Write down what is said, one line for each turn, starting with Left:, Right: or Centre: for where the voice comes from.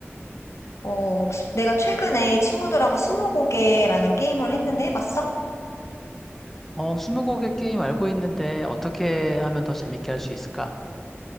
Left: 어, 내가 최근에 친구들하고 스무고개라는 게임을 했는데 해봤어?
Centre: 어, 스무고개 게임 알고 있는데 어떻게 하면 더 재밌게 할 수 있을까?